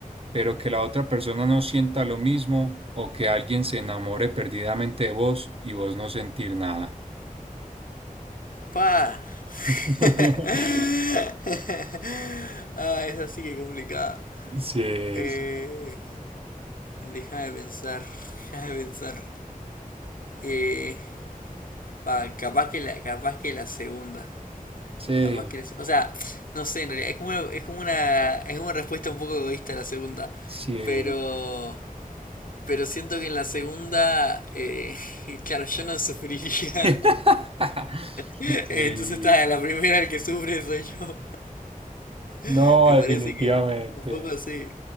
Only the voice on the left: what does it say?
Pa.
<laughs> Ah, es así que es complicada.
Eh,
deja de pensar, deja de pensar. Eh, Pa- capaz que la, capaz que la segunda.
Capaz que la o sea, no sé en realidad, es como una, es como una, es una respuesta un poco egoísta a la segunda.
Pero pero siento que en la segunda, eh, <laughs> claro, yo no sufriría.
<laughs> Entonces
está, la primera el que sufre soy yo.
<laughs> Me
parece que un poco así.